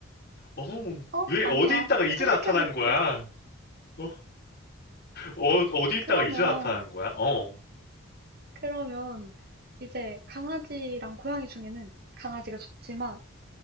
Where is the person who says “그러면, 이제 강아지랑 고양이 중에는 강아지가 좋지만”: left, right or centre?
Right